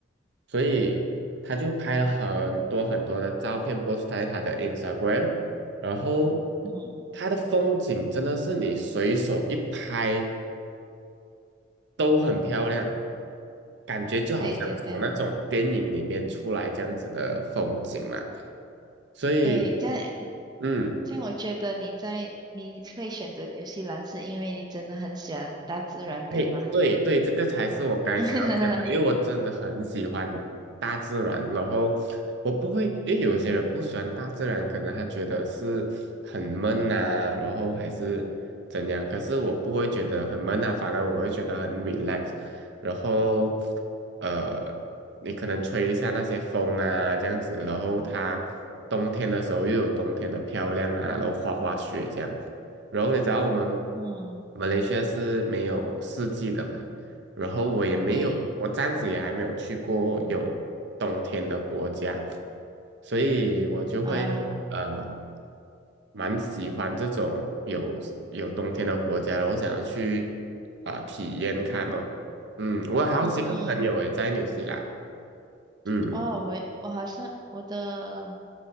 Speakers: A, on the right; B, on the right.
A: 所以他就拍了很多很多的照片，post 在他的 Instagram，然后
B: 嗯，
A: 他的风景真的是你随手一拍。都很漂亮，感觉就好像从那哦种电影里面出来这样子的风景啦。
B: 对对对
A: 所以，
B: 对，这样
A: 嗯，
B: 这样，我觉得你在你会选择纽西兰，是因为你真的很喜欢大自然，对吗？
A: 嘿，对对，这个才是我刚才想要讲的，
B: <laughs>
A: 因为我真的很喜欢大自然，然后我不会，因为有些人不喜欢大自然，可能他觉得是很闷呐、然后还是怎样，可是我不会觉得很闷啊，反而我会觉得很 relax，然后呃，你可能吹一下那些风啊，这样子，然后它冬天的时候又有冬天的漂亮啊，然后滑滑雪这样。然后你知道我们
B: 嗯，
A: 马来西亚是没有四季的嘛，然后我也没有，
B: 对
A: 我暂时也还没有去过有冬天的国家，所以我就会嗯呃
B: 啊，
A: 蛮喜欢这种有有冬天的国家的，我想要去啊、呃体验看哦。嗯，我有好几个朋友也在纽西兰，
B: 嗯，
A: 嗯，
B: 哦，我我好像我的